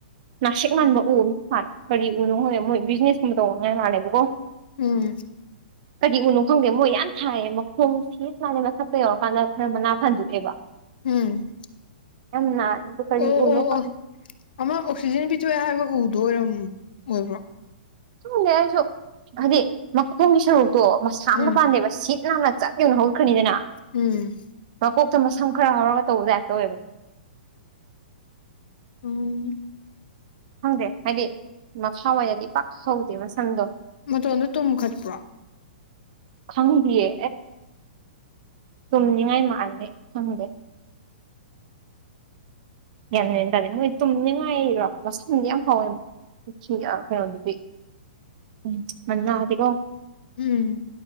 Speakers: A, on the right (about 50°); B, on the left (about 70°).
A: ꯅꯥꯁꯤꯛ ꯃꯥꯟꯕ ꯎ ꯑꯃ ꯊꯥꯏ ꯀꯔꯤ ꯎꯅꯣ ꯈꯪꯗꯦ ꯃꯣꯏ ꯕꯤꯖꯤꯅꯦꯁꯀꯨꯝꯕ ꯇꯧꯅꯉꯥꯏ ꯃꯥꯜꯂꯦꯕꯀꯣ
B: ꯎꯝ
A: ꯀꯔꯤ ꯎꯅꯣ ꯈꯪꯗꯦ ꯃꯣꯏ ꯌꯥꯝ ꯊꯥꯏꯌꯦ ꯃꯈꯣꯡ ꯁꯤꯠ ꯅꯥꯜꯂꯦ ꯃꯊꯛꯇ ꯌꯧꯔꯀꯥꯟꯗ ꯈꯔ ꯃꯅꯥ ꯐꯟꯗꯣꯛꯑꯦꯕ
B: ꯎꯝ
A: ꯅꯪ ꯍꯥꯢ ꯀꯔꯤ
B: ꯑꯣ
A: ꯎ
B: ꯑꯣ
A: ꯅꯣ ꯈꯪꯗꯦ
B: ꯑꯣ ꯑꯃ ꯑꯣꯛꯁꯤꯖꯦꯟ ꯄꯤꯊꯣꯛꯑꯦ ꯍꯥꯏꯕ ꯎꯗꯨ ꯑꯣꯏꯔꯝ ꯑꯣꯏꯕ꯭ꯔꯣ
A: ꯇꯨꯅꯤ ꯑꯩꯁꯨ ꯍꯥꯏꯗꯤ ꯃꯈꯣꯡꯒꯤ ꯁꯔꯨꯛꯇꯣ ꯃꯁꯥ ꯑꯝꯇ
B: ꯎꯝ
A: ꯄꯥꯟꯗꯦꯕ ꯁꯤꯠ ꯅꯥꯟꯅ ꯆꯠ ꯆꯞ ꯌꯨꯡꯅ ꯍꯧꯒꯠꯈ꯭ꯔꯅꯤꯗꯅ
B: ꯎꯝ
A: ꯃꯀꯣꯛꯇ ꯃꯁꯝ ꯈꯔ ꯍꯧꯔꯒ ꯇꯧꯕ ꯗꯥꯏ ꯇꯧꯋꯦꯕ
B: ꯎꯝ
A: ꯈꯪꯗꯦ ꯍꯥꯏꯗꯤ ꯃꯈꯥꯋꯥꯏꯗꯗꯤ ꯄꯥꯛ ꯍꯧꯗꯦꯕ ꯃꯁꯝꯗꯣ
B: ꯃꯇꯣꯟꯗꯣ ꯇꯨꯝꯈꯠꯄ꯭ꯔꯣ
A: ꯈꯪꯗꯤꯌꯦ ꯇꯨꯝꯅꯤꯡꯉꯥꯏ ꯃꯥꯥꯟꯂꯦ ꯈꯪꯗꯦ ꯒ꯭ꯌꯥꯟ ꯃꯦꯟ ꯇꯥꯗꯦ ꯇꯨꯝꯅꯤꯡꯉꯥꯏꯔꯣ ꯃꯁꯝ ꯌꯥꯝ ꯍꯧꯑꯦꯕ ꯤ ꯀꯩꯅꯣ ꯑꯗꯨ ꯎꯝ ꯃ ꯂꯥꯛꯗꯀꯣ <inaudible>
B: ꯎꯝ